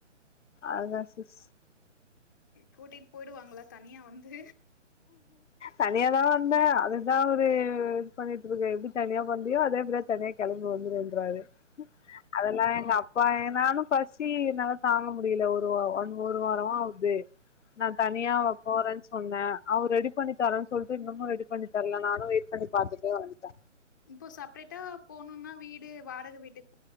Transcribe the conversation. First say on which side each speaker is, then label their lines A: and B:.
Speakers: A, on the left; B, on the left.
A: அதா சிஸ்
B: கூட்டிட்டு போயி்டுவாங்களா தனியா வந்து
A: தனியாதா வந்தே அதுதா அவரு இது பண்ணிட்டு இருக்க எப்டி தனியா வந்தியோ அதே மாரி தனியா கெளம்பி வந்துருன்றாரு அதெல்லா எங்க அப் னாலு பசி என்னாலா தாங்க முடில ஒரு ஒன் ஒரு வாரமா ஆகுது நா தனியா போறேன்னு சொன்னே அவரு ரெடி பண்ணி தரேன்னு சொல்ட்டு இன்னமு ரெடி பண்ணி தரல நானு வெயிட் பண்ணி பாத்துட்டே வன்டே
B: இப்போ சப்ரேட்டா போணுனா வீடு வாடக வீட்டுக்